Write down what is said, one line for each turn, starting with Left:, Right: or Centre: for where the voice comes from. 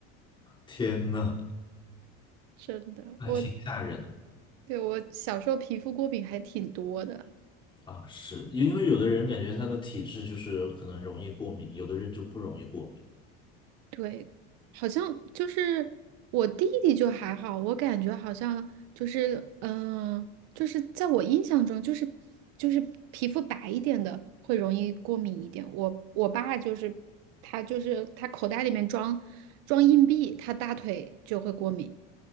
Left: 天呐，
Right: 真的。
Left: 那挺吓人的
Right: 我对我小时候皮肤过敏还挺多的。
Left: 啊！是因为有的人感觉他的体质就是可能容易过敏，有的人就不容易过敏，
Right: 对，好像就是我弟弟就还好，我感觉好像就是嗯、呃就是在我印象中，就是就是皮肤白一点的会容易过敏一点。我我爸就是他就是他口袋里面装装硬币，他大腿就会过敏，